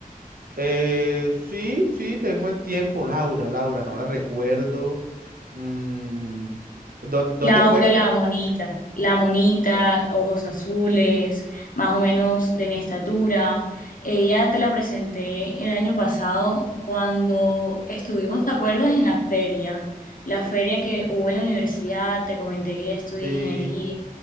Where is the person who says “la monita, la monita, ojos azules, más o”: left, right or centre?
Left